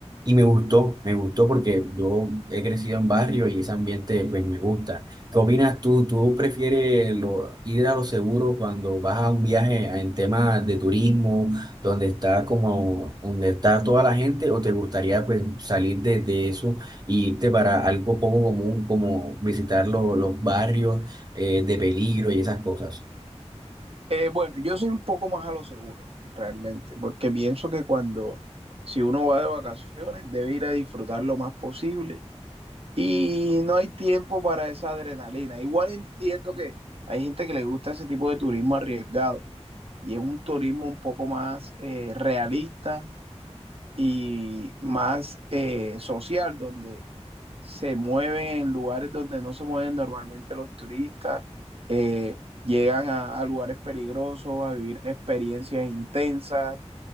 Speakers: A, on the right (about 35°); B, on the right (about 55°).
A: Y me gustó, me gustó porque yo he crecido en barrio y ese ambiente pues me gusta. ¿Qué opinas tú? ¿Tú prefieres lo- ir a lo seguro cuando vas a un viaje en temas de turismo, donde está como, donde está toda la gente, o te gustaría pues salir de, de eso e irte para algo poco común como visitar lo- los barrios eh, de peligro y esas cosas?
B: Eh, bueno, yo soy un poco más a lo seguro, realmente, porque pienso que cuando, si uno va de vacaciones, debe ir a disfrutar lo más posible y no hay tiempo para esa adrenalina. Igual entiendo que hay gente que le gusta ese tipo de turismo arriesgado y es un turismo un poco más eh, realista, y más eh, social, donde se mueven en lugares donde no se mueven normalmente los turistas, eh, llegan a, a, lugares peligrosos, a vivir experiencias intensas,